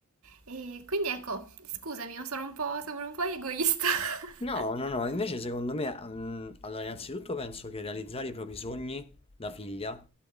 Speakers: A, on the right; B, on the left.
A: E quindi ecco, scusami, ma sono un po', sono un po' egoista.
B: No,
A: <laughs>
B: no, no, invece secondo me, mm, allora innanzitutto penso che realizzare i propri sogni da figlia